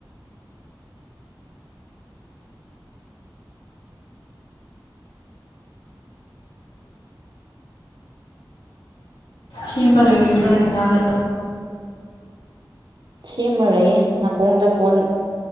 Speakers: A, on the left; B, on the right.
A: ꯁꯦꯝꯕ ꯂꯣꯏꯗ꯭ꯔꯤꯕ꯭ꯔꯥ ꯅꯣꯏ ꯉꯥꯗꯣ
B: ꯁꯦꯝꯃꯔꯣꯏꯌꯦ ꯅꯥꯀꯣꯡꯗ ꯐꯣꯟ